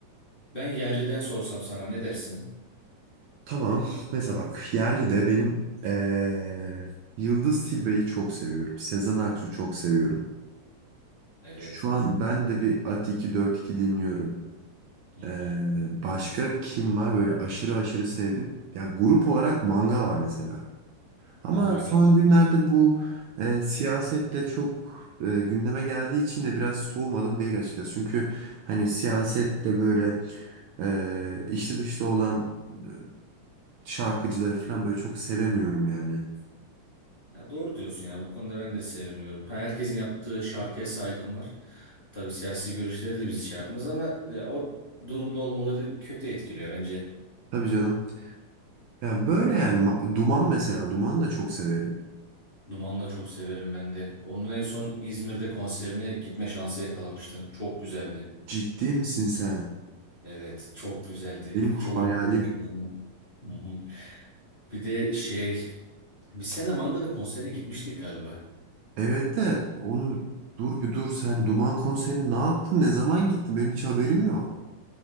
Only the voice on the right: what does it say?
Tamam. Mesela bak yerli de benim eee, Yıldız Tilbe'yi çok seviyorum. Sezen Aksu çok seviyorum.
Şu an ben de bir Ati 242 dinliyorum.
Eee, başka kim var böyle aşırı aşırı sevdim? Ya grup olarak Manga var mesela. Ama
son
günlerde
bu e, siyasetle çok e, gündeme geldiği için de biraz soğumadım değil açıkçası. Çünkü hani siyasette böyle e, içli dışlı olan e, şarkıcıları falan böyle çok sevemiyorum yani.
Tabii canım. Ya böyle yani Ma- Duman mesela Duman'ı
da çok severim.
Ciddi misin sen?
Benim hayalim.
Evet de onu dur bir dur sen Duman konserini ne yaptın? Ne zaman gittin? Benim hiç haberim yok.